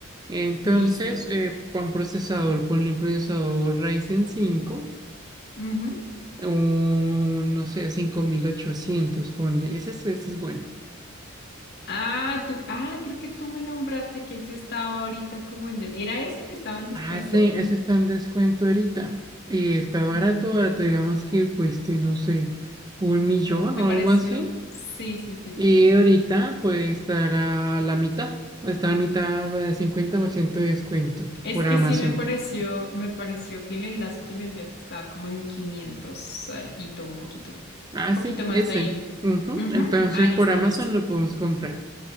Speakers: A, on the right; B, on the left.
A: Entonces,
B: Listo.
A: eh, para un procesador, ponle un procesador Ryzen 5
B: Ujú.
A: un, no sé, 5.800 ponle. Ese, es- ese es bueno.
B: Ah, tú, ah, creo que tú me nombraste que ese estaba ahorita como en... de- ¿Era ese el que estaba en descuento?
A: Ah, sí, ese está en descuento ahorita. Y está barato,
B: Mm,
A: barato, digamos que cueste, no sé, un millón
B: com- me
A: o
B: pareció...
A: algo así.
B: Sí, sí, sí, sí,
A: Y
B: sí.
A: ahorita puede estar a la mitad. Está a mitad, eh, 50% de descuento
B: Es
A: por
B: que
A: Amazon.
B: sí me pareció, me pareció que el enlace que me enviaste estaba como en 500, alguito, un poquito,
A: Ah,
B: un poquito
A: sí,
B: más
A: ese.
B: de ahí.
A: Ujú,
B: Ujú.
A: Entonces
B: Ah, listo,
A: por Amazon
B: listo.
A: lo podemos comprar.